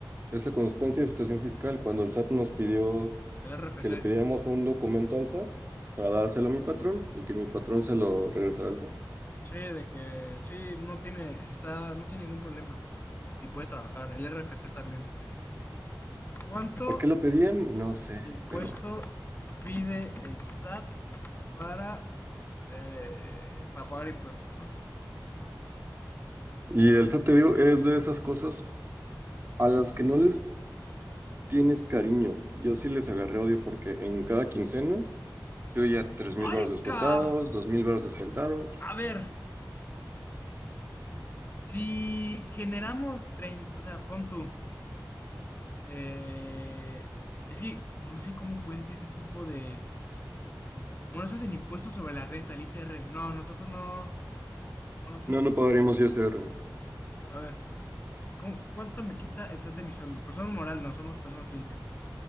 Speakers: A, on the right; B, on the left.
A: es la constancia de situación fiscal. Cuando el SAT nos pidió
B: El RFC.
A: que le pidiéramos un documento al SAT para dárselo a mi patrón y que mi patrón se lo regresara al SAT.
B: Sí, de que sí, no tiene, está, no tiene ningún problema y puede trabajar. El RFC también. ¿Cuánto
A: ¿Por qué lo pedían? No sé,
B: impuesto
A: pero...
B: pide el SAT para, eh, para pagar impuestos, no?
A: Y el SAT, te digo, es de esas cosas a las que no les tienes cariño. Yo sí les agarré odio porque en cada quincena Estoy ya tres
B: ¡Ay,
A: mil baros descontados,
B: cab!
A: 2.000 baros descontados.
B: A ver, Si generamos treinta o sea, pon tú, eh, es que no sé cómo cuenta ese tipo de... Bueno, eso es el impuesto sobre la renta, el ICR. No, nosotros no... Bueno, sí,
A: No, no pagaríamos ISR.
B: a ver, ¿cómo- ¿cuánto me quita el SAT de mi sueldo? Personas morales, no, somos personas físicas.